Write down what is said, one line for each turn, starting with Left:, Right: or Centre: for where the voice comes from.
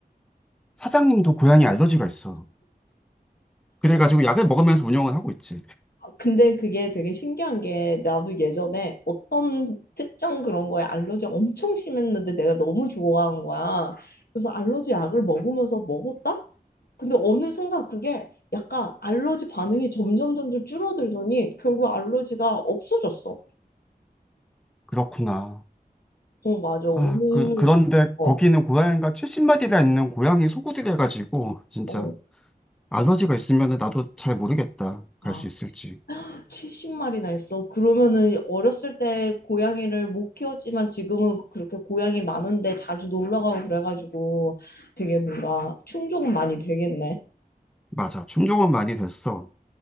Centre: 사장님도 고양이 알러지가 있어. 그래가지고 약을 먹으면서 운영을 하고 있지.
Left: 근데 그게 되게 신기한 게 나도 예전에 어떤 특정 그런 거에 알러지가 엄청 심했는데 내가 너무 좋아한 거야. 그래서 알러지 약을 먹으면서 먹었다? 근데 어느 순간 그게 약간 알러지 반응이 점점 점점 줄어들더니 결국 알러지가 없어졌어.
Centre: 그렇구나.
Left: 어, 맞아. 오늘
Centre: 아, 그, 그런데
Left: 어,
Centre: 거기는 고양이가 70마리나 있는 고양이 소구이라가지고 진짜,
Left: 어.
Centre: 알러지가 있으면 나도 잘 모르겠다. 갈
Left: 아,
Centre: 수 있을지.
Left: 70마리나 있어. 그러면은 어렸을 때 고양이를 못 키웠지만 지금은 그렇게 고양이 많은데 자주 놀러 가고 그래가지고 되게 뭔가 충족은 많이 되겠네.
Centre: 맞아. 충족은 많이 됐어.